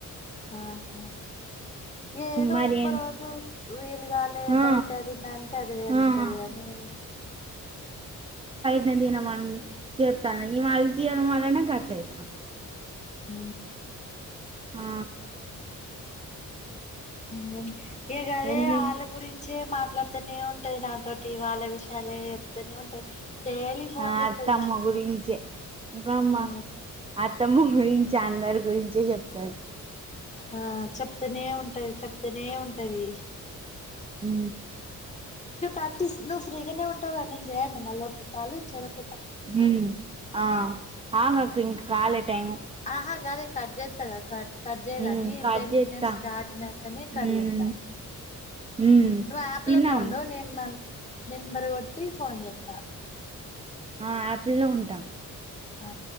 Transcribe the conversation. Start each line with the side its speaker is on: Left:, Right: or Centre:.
Left: ఆహా ఏదో
Right: మరి
Left: ఒక్క రోజు వేలు గాలే
Right: ఆ
Left: బయట తిన్నంటే అది వేరుంటది
Right: ఆ
Left: గాని
Right: నిన్ తినమని చెప్తాను ఇగ వాళ్ళు తీయడం వల్లనే గట్ల అయ్యింది నాకు
Left: ఊ
Right: ఆ
Left: మొ హు ఇగ గదే
Right: ఎన్ని
Left: ఆళ్ళ గురించె మాట్లాడుతనే ఉన్ ఉంటది నాతోటి వాళ్ళ విషయాలే ఏప్తేనే ఉంటది డైలీ ఫోన్
Right: ఆ
Left: చేత్తది
Right: అత్తమ్మ
Left: నాకు
Right: గురించే రమ్మను
Left: ఆ
Right: అత్తమ్మ గురించి అందరి గురించి చెప్తది
Left: ఆ చెప్తనే ఉంటది చెప్తనే ఉంటది
Right: ఉ
Left: ఇంకా పర్టీస్ నువ్వు ఫ్రీగానే ఉంటావు కాని నేను చేయండి మళ్ళ ఒక కాలు చెరు ఒక్క
Right: హమ్ ఆ ఆగ్ అక్క ఇంకా కాలే టైము
Left: ఆహ గదే కట్ జత్తగా కట్ కట్ చేయ్
Right: హ్మ్.
Left: గానీ
Right: కట్
Left: టెన్
Right: జేత్తా.
Left: మినిట్స్ దాటినాకనే కట్
Right: హ్మ్.
Left: చేస్తా
Right: హ్మ్.
Left: నువ్వు యాప్
Right: తిన్నాం.
Left: లనే ఉండు నేను నన్ నెంబరు కొ టి ఫోన్ చేత్తా
Right: ఆ ఆపిల్ లో ఉంటా
Left: ఆ